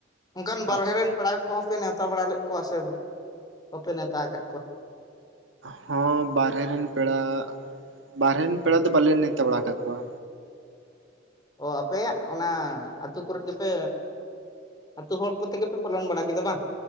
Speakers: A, on the left (about 20°); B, on the right (about 75°).
A: ᱚᱱᱠᱟᱱ
B: ᱟᱜ
A: ᱵᱟᱨᱦᱮ ᱨᱮᱱ ᱯᱮᱲᱟ ᱠᱚᱦᱚᱸ ᱯᱮ ᱱᱮᱣᱛᱟ ᱵᱟᱲᱟ ᱞᱮᱫ ᱠᱚᱣᱟ ᱥᱮ ᱵᱟᱯᱮ ᱱᱮᱣᱛᱟ ᱟᱠᱟᱫ ᱠᱚᱣᱟ
B: ᱦᱚᱸ ᱵᱟᱨᱨᱮ ᱨᱮᱱ ᱯᱮᱲᱟ ᱵᱟᱨᱦᱮ ᱨᱮᱱ ᱯᱮᱲᱟ ᱫᱚ ᱵᱟᱞᱮ ᱱᱮᱶᱛᱟ ᱵᱟᱲᱟ ᱟᱠᱟᱫ ᱠᱚᱣᱟ᱾
A: ᱚ ᱟᱯᱮᱭᱟᱜ ᱚᱱᱟ ᱟᱹᱛᱩᱳ ᱠᱚᱨᱮ ᱜᱮᱯᱮ ᱟᱹᱛᱩ ᱦᱚᱲ, ᱠᱚᱛᱮ ᱜᱮᱯᱮ ᱯᱟᱞᱚᱱ ᱵᱟᱲᱟ ᱠᱮᱫᱟ ᱵᱟᱝ?